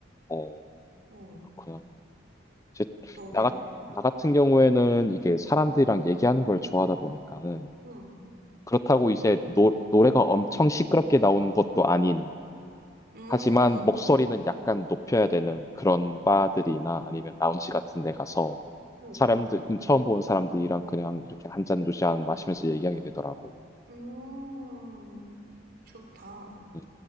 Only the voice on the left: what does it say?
어,
그렇구나. 이제
나, 같- 나 같은 경우에는 이게 사람들이랑 얘기하는 걸 좋아하다 보니까는
그렇다고 이제 노, 노래가 엄청 시끄럽게 나오는 것도 아닌
하지만 목소리는 약간 높여야 되는 그런 바들이나 아니면 라운지 같은 데 가서
사람들 음, 처음 보는 사람들이랑 그냥 이렇게 한 잔 두 잔 마시면서 얘기하게 되더라고.
음.